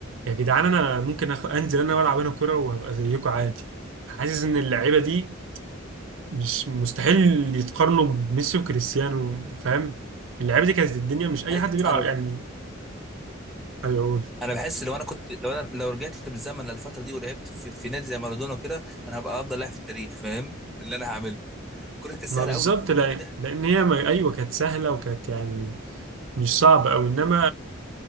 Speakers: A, on the right; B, in the centre.
A: يا جدعان انا ممكن أخ... انزل انا والعب هنا كوره وهبقى زيكم عادي حاسس ان اللعيبه دي مش مستحيل يتقارنوا بميسي وكريستيانو فاهم اللعيبه دي كانت الدنيا مش اي
B: أي-
A: حد بيلعب
B: انا
A: يعني هيقول
B: انا بحس لو انا كنت لو انا لو رجعت بالزمن للفتره دي ولعبت في, في نادي زي مارادونا كده انا هبقى افضل لاعب في التاريخ فاهم اللي انا هعمله الكوره كانت سهله
A: ما بالظبط
B: قوي
A: لان
B: ايه ده
A: لان هي ما... ايوه كانت سهله وكانت يعني مش صعبه او انما